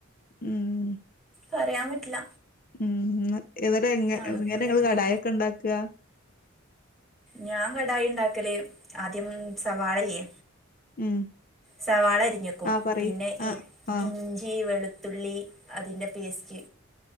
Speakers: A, on the left; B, in the centre.
A: ആഹ്.
B: പറയാൻ പറ്റില്ല
A: ഉം ഇന്ന ഇന്നട്ടങ്ങന
B: തണുപ്പുള്ള
A: ങ്ങൾ
B: ടൈം
A: കടായ ഒക്കെ ഇണ്ടാക്ക
B: ഞാൻ കടായി ഇണ്ടാക്കല് ആദ്യം സവാള ല്ല്യ
A: ഉം
B: സവാള അരിഞ്ഞക്കും
A: ആ പറയ്
B: പിന്നെ
A: ആ ആ
B: ഇഞ്ചി വെളുത്തുള്ളി അതിൻ്റെ പേസ്റ്റ്